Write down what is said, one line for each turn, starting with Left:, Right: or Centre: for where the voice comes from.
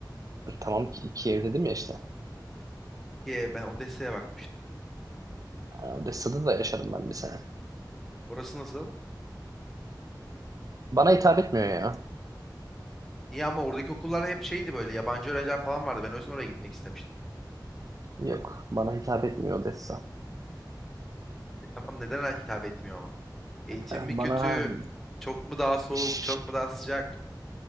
Right: Tamam ki iki ev dedim ya işte.
Centre: Ki ben Odessa'ya bakmıştım.
Right: Odessa'da da yaşadım ben bir sene.
Centre: Orası nasıl?
Right: Bana hitap etmiyor ya.
Centre: Niye ama oradaki okullar hep şeydi böyle yabancı öğrenciler falan vardı. Ben o yüzden oraya gitmek istemiştim.
Right: Yok, bana hitap etmiyor Odessa.
Centre: E tamam neden hitap etmiyor ama? Eğitim
Right: Bana
Centre: mi kötü? Çok mu daha soğuk?
Right: ş-
Centre: Çok mu daha sıcak?